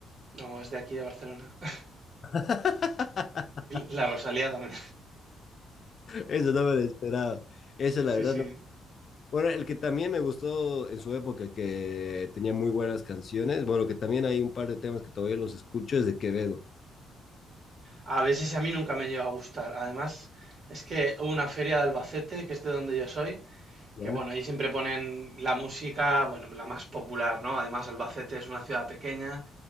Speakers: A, on the right (about 50°); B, on the left (about 50°).
A: no, es de aquí, de Barcelona. <laughs>
B: <laughs>
A: Y La Rosalía también.
B: Eso no me lo esperaba. Esa, la
A: Sí,
B: verdad,
A: sí.
B: Bueno, el que también me gustó en su época, que tenía muy buenas canciones, bueno, que también hay un par de temas que todavía los escucho, es de Quevedo.
A: A veces a mí nunca me llegó a gustar. Además, es que hubo una feria de Albacete, que es de donde yo soy,
B: ¿Ya?
A: que bueno, ahí siempre ponen la música, bueno, la más popular, ¿no? Además, Albacete es una ciudad pequeña.